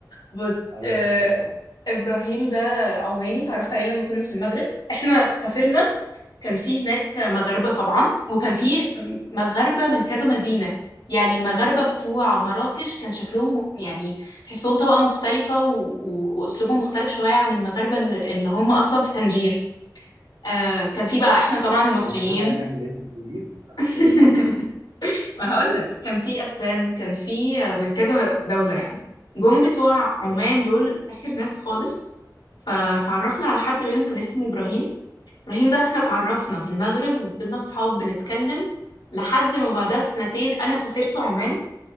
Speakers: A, on the left (about 85°); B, on the right (about 85°).
A: بص
B: ايوه
A: آه،
B: كده كده طبعا
A: ابراهيم ده عماني اتعرفت عليه لما كنا في المغرب احنا سافرنا كان في هناك مغاربة طبعا وكان في مغاربة من كذا مدينة يعني المغاربة بتوع مراكش كان شكلهم مك- يعني تحسهم طبقة مختلفة و... و... وأسلوبهم مختلف شوية عن المغاربة الل- اللي هم أصلا في طنجير آه كان في بقى احنا طبعا المصريين
B: انا مش فاهم اي حاجه من اللي انت بتقوليه بس
A: <laughs>
B: آه، انا معاكي
A: ما هقولك كان في أسبان كان في من كذا دولة يعني جم بتوع
B: ماشي
A: عمان دول آخر ناس خالص فتعرفنا على حد منهم كان اسمه إبراهيم ابراهيم ده احنا اتعرفنا في المغرب وفضلنا صحاب بنتكلم لحد ما بعدها بسنتين انا سافرت عمان